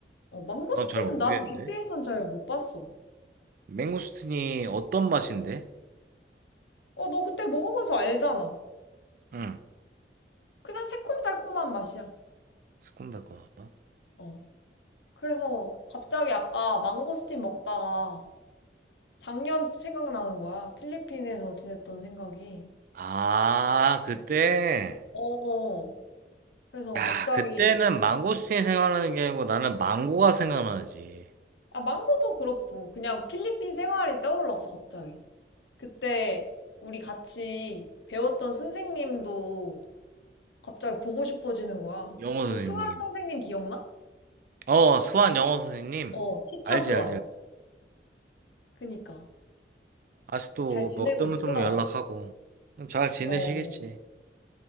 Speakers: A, on the left (about 80°); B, on the right (about 50°).
A: 어, 망고스틴은
B: 난 잘 모르겠는데.
A: 난 뷔페에선 잘 못 봤어.
B: 망고스틴이 어떤 맛인데?
A: 어, 너 그때 먹어봐서 알잖아.
B: 응.
A: 그냥 새콤달콤한 맛이야.
B: 새콤달콤하다.
A: 어. 그래서 갑자기 아까 망고스틴 먹다가 작년 생각나는 거야. 필리핀에서 지냈던 생각이.
B: 아, 그때?
A: 어, 그래서
B: 야,
A: 갑자기,
B: 그때는 망고스틴이 생각나는 게 아니고 나는 망고가 생각나지.
A: 아, 망고도 그렇고, 그냥 필리핀 생활이 떠올랐어, 갑자기. 그때 우리 같이 배웠던 선생님도 갑자기 보고 싶어지는 거야.
B: 영어
A: 그
B: 선생님.
A: 수완 선생님 기억나?
B: 어, 수완 영어 선생님.
A: 어, 티처
B: 알지,
A: 수완.
B: 알지, 알지.
A: 그니까.
B: 아직도
A: 잘 지내고
B: 뭐 뜨문뜨문
A: 있으려나?
B: 연락하고. 잘 지내시겠지.
A: 어,